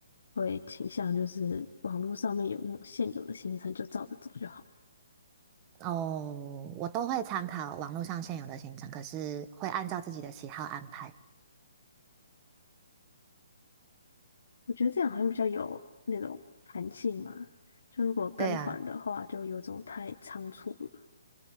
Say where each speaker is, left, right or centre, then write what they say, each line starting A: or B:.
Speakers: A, on the left; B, on the right.
A: 会倾向就是网络上面有那种现有的行程就照着走就好？
B: 哦，我都会参考网络上现有的行程，可是会按照自己的喜好安排。
A: 我觉得这样好像比较有那种弹性嘛。就如果跟团的话，
B: 对啊，
A: 就有种太仓促了。